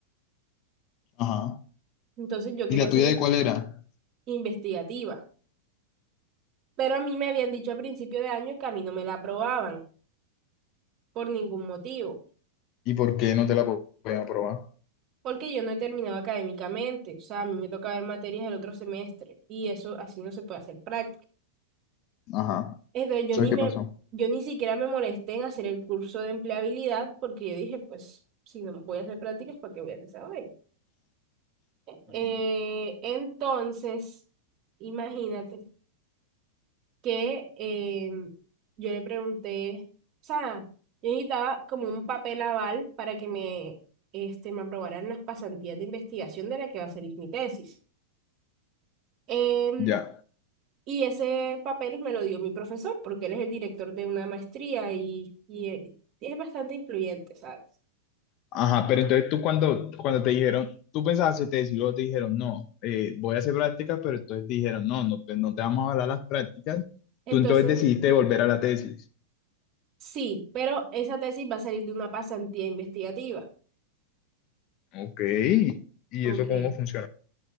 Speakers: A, on the left; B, on the right.
A: Ajá,
B: Entonces, yo quería
A: ¿y la
B: hacer
A: tuya de cuál era?
B: investigativa Pero a mí me habían dicho a principio de año que a mí no me la aprobaban por ningún motivo,
A: ¿Y por qué no te la podían aprobar?
B: porque yo no he terminado académicamente, o sea, a mí me toca ver materias el otro semestre y eso así no se puede hacer práctica.
A: Ajá,
B: Entonces yo
A: ¿sabes
B: ni
A: qué
B: me,
A: pasó?
B: yo ni siquiera me molesté en hacer el curso de empleabilidad porque yo dije, pues si no voy a hacer prácticas, ¿para qué voy a hacer esa vaina? Eh,
A: Ujú.
B: entonces, imagínate. que em, yo le pregunté, o sea, yo necesitaba como un papel aval para que me, este, me aprobaran las pasantías de investigación de la que va a salir mi tesis. Em,
A: Ya,
B: y ese papel me lo dio mi profesor, porque él es el director de una maestría y, y e- es bastante influyente, ¿sabes?
A: ajá, pero entonces tú cuando, cuando te dijeron, tú pensabas hacer tesis, luego te dijeron, no, eh, voy a hacer prácticas, pero entonces te dijeron, no, no te, no te vamos a hablar las prácticas,
B: Entonces,
A: tú entonces decidiste volver a la tesis.
B: sí, pero esa tesis va a salir de una pasantía investigativa.
A: Ok, ¿y
B: Ok.
A: eso cómo funciona?